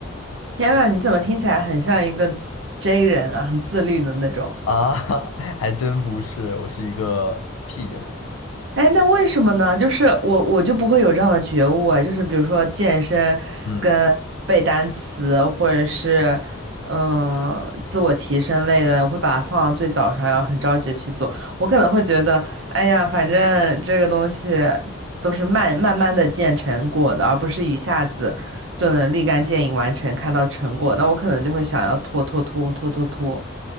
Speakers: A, on the right; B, on the left.
A: 天呐，你怎么听起来很像一个 J 人啊，很自律的那种？
B: 啊，<laughs> 还真不是，我是一个屁人，
A: 哎，那为什么呢？就是我我就不会有这样的觉悟啊，就是比如说健身跟背单词，
B: 嗯
A: 或者是嗯、呃自我提升类的，我会把它放到最早上，要很着急地去做。我可能会觉得，哎呀，反正这个东西都是慢慢慢的见成果的，而不是一下子就能立竿见影完成，看到成果。那我可能就会想要拖拖拖拖拖拖。